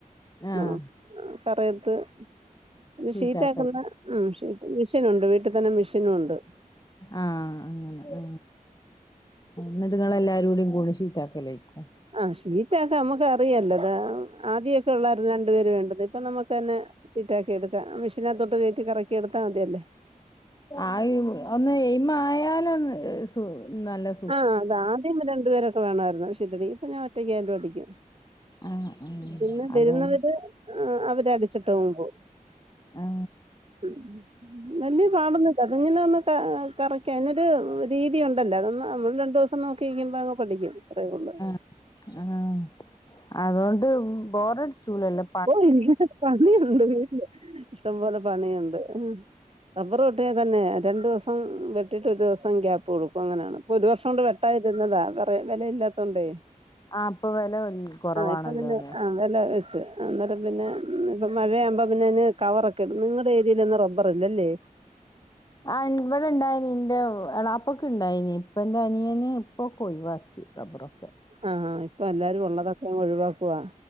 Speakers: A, on the left (about 30°); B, on the right (about 45°).
A: ആഹ്
B: അ കറ എടുത്ത് ഇത്
A: ഷീറ്റാക്കല്
B: ഷീറ്റാക്കുന്ന ഉം മെഷി മെഷീനുണ്ട് വീട്ടിൽ തന്നെ മെഷീനുണ്ട്.
A: ആഹ് അങ്ങനെ ആഹ്. ന്ന്ട്ട് ഇങ്ങളെല്ലാരുടി കൂടി ഷിറ്റാക്കലെക്കും.
B: ആഹ് ഷീറ്റാക്ക അമ്മക്ക് അറിയല്ലോത ആദ്യക്കെള്ളായിരുന്നു രണ്ട് പേര് വേണ്ടത് ഇപ്പൊ ന്നമുക്ക് തന്നെ ഷിറ്റാക് ക്കിഎട്ക്കാ അ മെഷീനകത്തോട്ട് കെറ്റി കറക്കി എടുത്താ മതിയല്ലേ.
A: ആയ് ഒന്ന് എയ്മായാലോന്ന് എഹ് സു ന്നല്ലെ
B: ആഹ് അതാ ആദ്യം രണ്ട് പേരൊക്കെ വേണായ്ര്ന്നു ഷിറ്റടി ഇപ്പ ഞാൻ ഒറ്റയ്ക്ക് ആയാലും അടിക്കും.
A: ആഹ് ആഹ്.
B: പിന്നെ വെരുന്നവര്
A: അതോണ്ട്
B: അവര് അടിച്ചിട്ടങ് പോവും.
A: ആഹ്.
B: ഉം. വല്ല്യ പാടോന്ന്ല്ല അത്ങ്ങനെ ഒന്ന് കറക്ക അയ്നൊര് രീതി ഉണ്ടല്ലോ അതൊന്ന്. അമ്മള് രണ്ടോസം ന്നോക്കി ഇര്ക്കുമ്പോ അങ് പഠിക്കുംത്രേ ഒള്ള്.
A: ആഹ് ആഹ് അതൊണ്ട് ബോറട്ക്കൂലല്ലോ.
B: ഓ ഇൻഷുട്ട് പണിയുണ്ട് വീട്ടല് ഇഷ്ടം പോലെ പണിയുണ്ട്. റബറ് വെട്ട്യാ തന്നെ രണ്ടുസം വെട്ടിറ്റ് ഒരു ദിവസം ഗ്യയാപ്പ് കൊട്ക്കും അങ്ങനെണ്. ഒര് വർഷോകൊണ്ട് വെട്ടാൻ ഇര്ന്നതാ വേറെ വെലയില്ലാത്തോണ്ടേ.
A: ആഹ് ഇപ്പൊ വെല കൊറവാണല്ലോല്ലേ
B: ആഹ് ഇപ്പൊ പിന്നെ ആഹ് വെല വെച്ച്. ആഹ് ന്ന്ട്ട് പിന്നെ ഇപ്പ മഴയാവുമ്പോ പിന്നെ അയ്ന് കവറക്കെ ഇടും നിങ്ങടെ ഏരിയയിലന്നും റബ്ബറ് ഇല്ലല്ലെ.
A: ആഹ് ഇവിടെ ഇണ്ടായിന് എന്റെ എളാപ്പക്ക് ഇണ്ടായിന് ഇപ്പന്റെ അനിയന് ഇപ്പൊക്കെ ഒഴിവാക്കി റബറോ
B: ആ ഇപ്പൊ എല്ലാരും ഉള്ളതൊക്കെ അങ്ങ് ഒഴിവാക്കുവാ